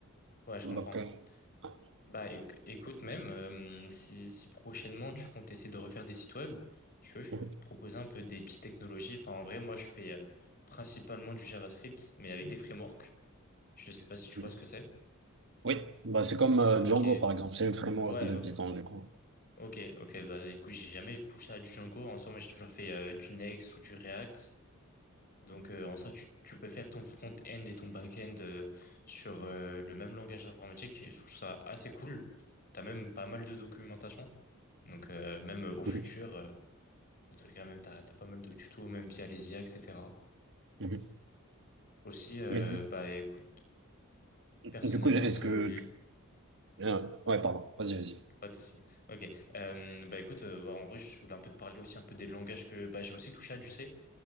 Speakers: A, on the left; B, on the right.
A: ouais, je
B: Donc,
A: comprends.
B: euh, <laughs>
A: Bah éc- écoute, même euh, si, si prochainement tu comptes essayer de refaire des sites web, je, peux- je
B: mhm,
A: peux te proposer un peu des petites technologies. Enfin, en vrai, moi, je fais euh, principalement du JavaScript, mais avec des frameworks. Je sais pas si tu
B: mhm.
A: vois ce que c'est.
B: oui, bah, c'est comme euh,
A: Ok,
B: Django, par exemple. C'est une framework
A: ouais,
B: de
A: ok.
B: Python, du coup.
A: Ok, ok, bah écoute, j'ai jamais touché à du Django. En soi, moi j'ai toujours fait euh, du Next ou du React. Donc euh, en soi, tu, tu peux faire ton front-end et ton back-end euh, sur euh, le même langage informatique. Et je trouve ça assez cool. T'as même pas mal de documentation. Donc euh, même euh, au futur,
B: <laughs>
A: euh, dans tous les cas, même t'as, t'as pas mal de tutos, même via les IA, etc.
B: Mhm, mhm.
A: Aussi, euh,
B: Mais du,
A: bah écoute, personnellement,
B: du coup, est-ce
A: ce que
B: que...
A: l-
B: euh, ouais, pardon. Vas-y, vas-y.
A: pas de souci. Ok. Euh, bah écoute, euh, bah, en vrai, je voulais un peu te parler aussi un peu des langages que bah, j'ai aussi touché à du C.